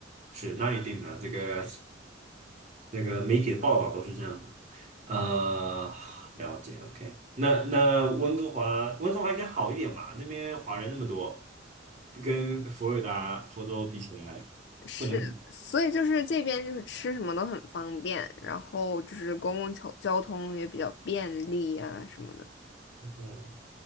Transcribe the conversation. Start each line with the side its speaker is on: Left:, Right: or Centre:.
Right: 是，那一定的，这个那个媒体的报道都是这样。呃，了解，OK。那那温哥华，温哥华应该好一点吧？那边华人那么多，跟佛罗里达、佛州比起来，
Left: 是，
Right: 不能比。
Left: 所以就是这边就是吃什么都很方便，然后就是公共交交通也比较便利啊什么的。
Right: 嗯，